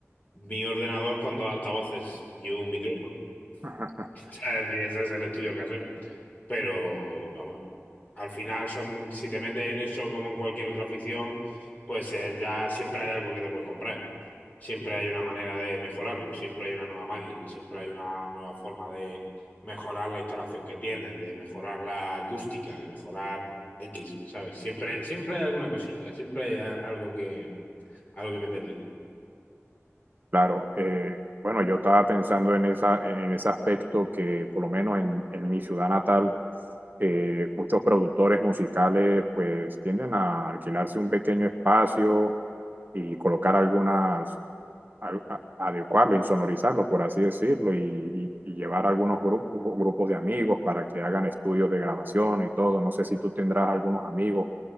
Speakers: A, on the left; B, on the right.
A: mi ordenador con dos altavoces y un micrófono.
B: <laughs>
A: <laughs> Ese es el estudio casero. Pero vamos, al final son, si te metes en eso como en cualquier otra afición, pues eh, ya siempre hay algo que te puedes comprar. Siempre hay una manera de mejorarlo, siempre hay una nueva máquina, siempre hay una nueva forma de mejorar la instalación que tienes, de mejorar la acústica, de mejorar X, ¿sabes? Siempre, siempre hay alguna cosica, siempre hay a- algo que, algo que meterle.
B: claro, eh, bueno, yo estaba pensando en, esa, en ese aspecto que por lo menos en, en mi ciudad natal, eh, muchos productores musicales pues tienden a alquilarse un pequeño espacio y colocar algunas, a, a, adecuarlo, insonorizarlo, por así decirlo, y, y, y, llevar algunos grupos, grupos de amigos para que hagan estudios de grabación y todo. No sé si tú tendrás algunos amigos